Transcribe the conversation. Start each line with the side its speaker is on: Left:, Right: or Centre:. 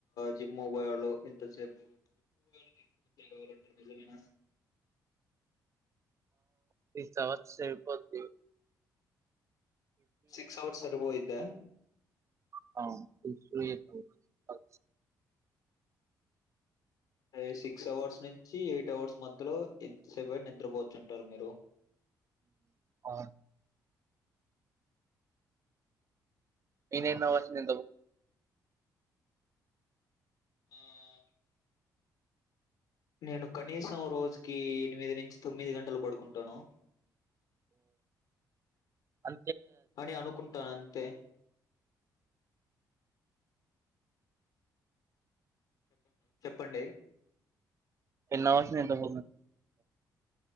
Left: జిమ్బళు ఇంతసేపు ఎక్కువ కావాలంటారు నిజమనా
Right: సిక్స్ హరుస్ సరిపొద్ది
Left: సిక్స్ అవర్స్ అర పోయిద్ద
Right: ని
Left: అంటే సిక్స్ అవర్స్ నుంచి ఎయిట్ అవర్స్ మధ్యలో ఎంత సెపు నిద్రపోచ్చుంటారు మీరు
Right: ఆ ఇన నవాసనీ
Left: ఆహ్, నేను కనీసం రోజు కి ఎనిమిది నుంచి తొమ్మిది గంటలు పడుకుంటాను
Right: అ
Left: అని అనుకుంటాన అంతే ం చెప్పండి
Right: అవాస్ నిద్రపొ